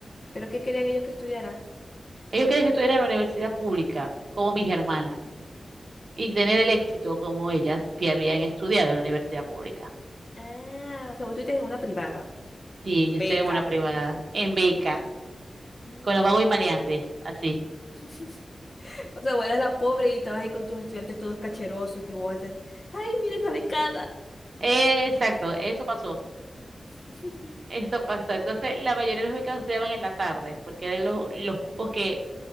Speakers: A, on the left; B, on the right.
A: ¿Pero qué querían ellos que estudiara?
B: Ellos querían que estuviera en la universidad pública, como mis hermanas, y tener el éxito como ellas que habían estudiado en la universidad pública.
A: Ah, o sea, vos estuviste en una privada.
B: Sí, yo
A: Beca.
B: estoy en una privada, en beca,
A: Mm.
B: con los vagos y
A: Ah.
B: maleantes, así.
A: <laughs> O sea, vos eras la pobre y estabas ahí con tus estudiantes todos cacherosos que vos haces. ¡Ay, miren la becada!
B: Eh, exacto, eso pasó.
A: <laughs>
B: Eso pasó. Entonces, la mayoría de los becados estudiaban en la tarde, porque eran los, los cupos que